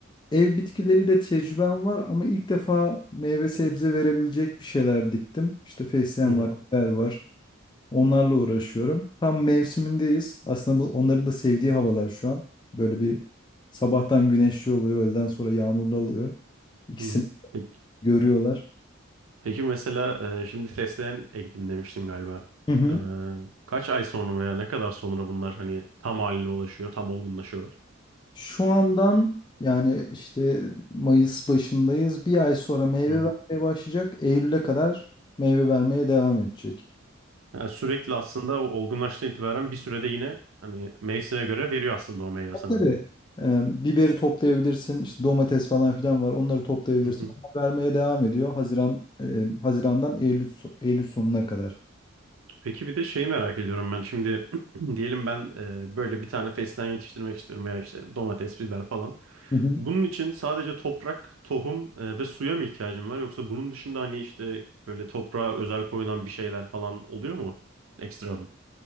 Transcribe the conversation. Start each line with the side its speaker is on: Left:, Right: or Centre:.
Left: ev bitkileriyle tecrübem var ama ilk defa meyve sebze verebilecek bir şeyler diktim. İşte fesleğen
Right: Hı hı.
Left: var, biber var. Onlarla uğraşıyorum. Tam mevsimindeyiz. Aslında bu onların da sevdiği havalar şu an. Böyle bir sabahtan güneşli oluyor, öğleden sonra yağmurlu oluyor. İkisini
Right: Hı hı. Peki.
Left: görüyorlar.
Right: Peki mesela e, şimdi fesleğen ektim demiştin galiba.
Left: Hı hı.
Right: E, kaç ay sonra veya ne kadar sonra bunlar hani tam haline ulaşıyor, tam olgunlaşıyorlar?
Left: Şu andan yani işte Mayıs başındayız. Bir ay sonra meyve
Right: Hı hı.
Left: vermeye başlayacak. Eylül'e kadar meyve vermeye devam edecek.
Right: Yani sürekli aslında o olgunlaştığı itibaren bir sürede yine hani mevsime göre veriyor aslında o meyve sana.
Left: Tabii. e, biberi toplayabilirsin. işte domates falan filan var. Onları toplayabilirsin.
Right: Hı hı.
Left: Onlar vermeye devam ediyor. Haziran e, Haziran'dan Eylül so- Eylül sonuna kadar.
Right: Peki bir de şeyi merak ediyorum ben. Şimdi <clears throat> diyelim ben e, böyle bir tane fesleğen yetiştirmek istiyorum veya işte domates, biber falan.
Left: Hı hı.
Right: Bunun için sadece toprak, tohum e, ve suya mı ihtiyacım var? Yoksa bunun dışında hani işte böyle toprağa özel koyulan bir şeyler falan oluyor mu? Ekstradan.